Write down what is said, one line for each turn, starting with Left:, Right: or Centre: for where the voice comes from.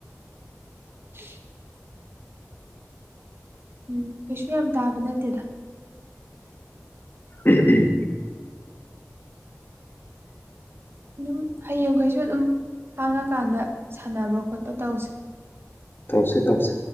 Right: <inaudible> ꯎꯝ ꯀꯩꯁꯨ ꯌꯥꯝ ꯇꯥꯕ ꯅꯠꯇꯦꯗ
Left: ꯑ
Right: ꯑꯗꯨꯝ ꯍꯌꯦꯡꯈꯩꯁꯨ ꯑꯗꯨꯝ ꯍꯥꯡꯉꯀꯥꯟꯗ ꯁꯥꯟꯅꯕ ꯈꯣꯠꯄ ꯇꯧꯁꯦ
Left: ꯇꯧꯁꯦ ꯇꯧꯁꯦ